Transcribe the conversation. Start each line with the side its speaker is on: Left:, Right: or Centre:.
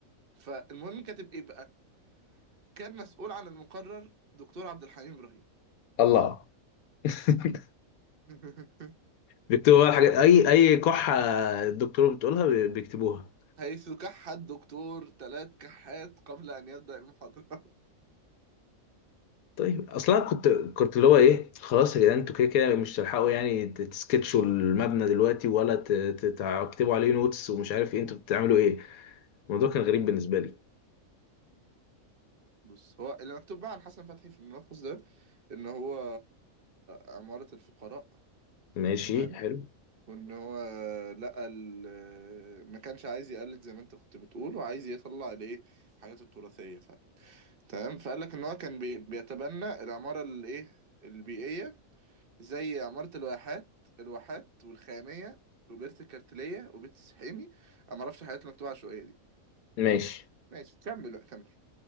Right: فالمهم كاتب ايه بقى كان مسؤول عن المقرر دكتور عبد الحليم ابراهيم
Left: الله <laughs>
Right: <laughs>
Left: بيكتبوا بقى الحاجات اي اي كحه الدكتور بتقولها بي- بيكتبوها
Right: حيث كح الدكتور ثلاث كحات قبل ان يبدأ المحاضره
Left: طيب اصلا كنت كنت اللي هو ايه خلاص يا جدعان انتوا كده كده مش تلحقوا يعني ت- تسكتشوا المبنى دلوقتي ولا ت- ت- تكتبوا عليه نوتس ومش عارف ايه انتوا بتعملوا ايه الموضوع كان غريب
Right: <laughs> آه.
Left: بالنسبه لي
Right: بص هو اللي مكتوب بقى عن حسن فتحي في الملخص ده ان هو عمارة الفقراء
Left: ماشي
Right: تمام
Left: حلو
Right: وان هو لقى ال- ما كانش عايز يقلد زي ما انت كنت بتقول وعايز يطلع الايه الحاجات التراثيه فعلا تمام فقال لك ان هو كان بي- بيتبنى العماره الايه البيئيه زي عماره الواحات الواحات والخاميه وبيت الكارتليه وبيت السحيمي انا ما اعرفش الحاجات المكتوبه العشوائيه دي
Left: ماشي
Right: ماشي كمل بقى، كمل